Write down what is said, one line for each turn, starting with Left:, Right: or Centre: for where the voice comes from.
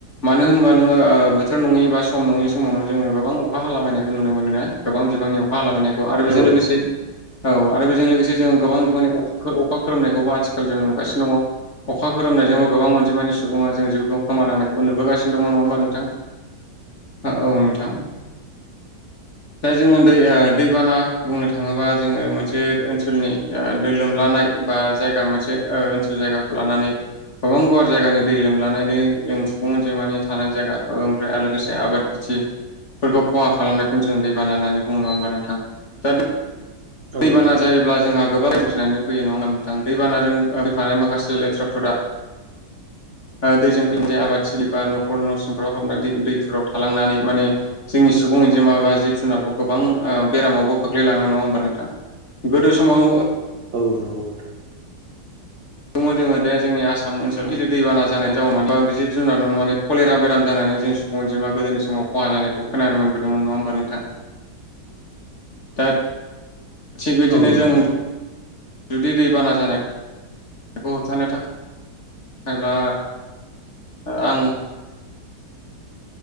Left: मानो होनबा नोङो ओ बोथोर नङै एबा सम नङि समावनो जोङो गोबां अखा हाला बायनायखौ नुनो मोनो ना गोबां बिबांनि अखा हाला बायनायखौ आरो बेजों
Right: नोंथां
Left: लोगोसे औ आरो बेजों लोगोसे जोङो गोबां बिबांनि अखा खोर अखा खोरोमनायखौबो आथिखाल जों नुगासिनो दङ। अखा खोरोमनायजोंबो गोबां अनजिमानि सुबुङा जों जिउखौ खोमानांनायखौबो नुबोगासिनो दङ नङा ओमबा नोंथां? ओ औ नोंथां। दा जोङो दै दैबाना बुंनो थाङोबा जोङो मोनसे ओनसोलनि ओ लोमलानाय बा जायगा मोनसे ओ ओनसोल जायगाखौ लानानै गोबां गुवार जायगानि दै लोमलानायनै जों सुबुं अनजिमानि थानाय जायगा ओमफ्राय आरो लोगोसे आबाद बिदि फोरखौ खहा खालामनायखौनो जों दैबाना होननानै बुङो नङा ओमबा नोंथां दा
Right: औ
Left: दैबाना
Right: नंगौ
Left: जायोब्ला जोंहा गोबां <unintelligible> सोमजिनानै फैयो नङा ओमबा नोंथां दैबानाजों फैफानाय माखासे लेथ्राफोरा ओ दैजों फैफानाय जे आबाद थिलिबा नखर न' सिंफ्राव हाबनानै दै दैफोराव थालांनानै माने जोंनि सुबुं अनजिमा बा जिब जुनारखौ गोबां ओ बेरामावबो खोख्लैलाङो नङा ओमबा नोंथां? गोदो समाव
Right: औ नंगौ नोंथां।
Left: दङ जोङो दे जोंनि आसाम ओनसोलाव गिदिर दैबाना जानाय जाउनाव माने जिब जुनार न' न'नो माने कलेरा बेराम जानानै जों <unintelligible> सुबुं अनजिमाखो गोदोनि समाव खहा जानायखौ‌ खोनानो मोनबोदों नङा ओमबा नोंथां? दा थिग
Right: औ
Left: बिदिनो जों जुदि दैबाना जानायखौ होबथानो थाखाय एबा आं